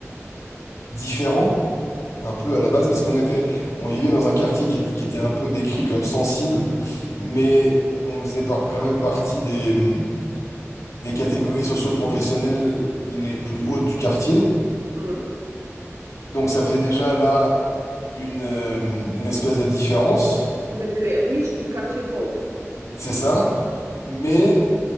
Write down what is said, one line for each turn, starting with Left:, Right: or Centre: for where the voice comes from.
Left: différent un peu à la base parce qu'on était on vivait dans un quartier qui, est- qui était un peu décrit comme sensible mais on faisait par, quand même partie des des catégories socio-professionnelles les plus hautes du quartier.
Right: Hmm.
Left: Donc ça faisait déjà là une euh, une espèce de différence.
Right: Vous êtes les riches du quartier pauvre.
Left: C'est ça. Mais